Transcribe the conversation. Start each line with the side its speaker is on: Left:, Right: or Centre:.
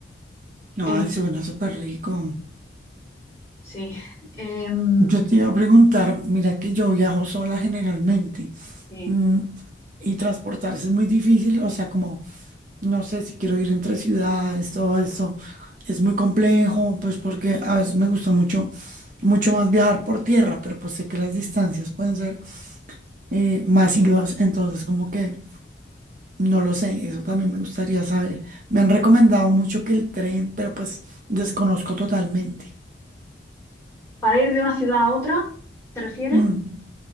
Right: Ay,
Left: Eh,
Right: suena súper rico.
Left: sí. Em,
Right: Yo te iba a preguntar, mira que yo viajo sola generalmente.
Left: sí.
Right: mm, Y transportarse es muy difícil, o sea, como, no sé si quiero ir entre ciudades, todo eso es muy complejo, pues porque a veces me gusta mucho, mucho más viajar por tierra, pero pues sé que las distancias pueden ser eh, más ingresos. Entonces, como que no lo sé, eso también me gustaría saber. Me han recomendado mucho que el tren, pero pues desconozco totalmente.
Left: Para ir de una ciudad a otra, ¿te refieres?
Right: Mm,